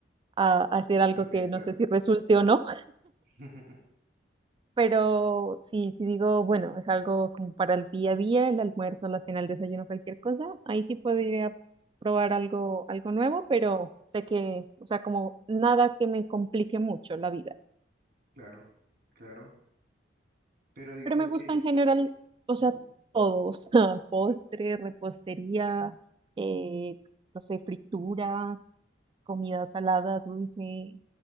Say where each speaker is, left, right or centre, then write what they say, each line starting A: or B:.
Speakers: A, on the right; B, on the right.
A: a hacer algo
B: a inventar.
A: que no sé si resulte o no.
B: <laughs>
A: Pero si, si digo, bueno, es algo como para el día a día, el almuerzo, la cena, el desayuno, cualquier cosa, ahí sí podría probar algo, algo nuevo, pero sé que, o sea, como nada que me complique mucho la vida.
B: Claro, claro. Pero digamos
A: Pero me gusta
B: que
A: en general, o sea,
B: ujú,
A: todo, <laughs> o sea, postre, repostería, eh, no sé, frituras, comida salada, dulce,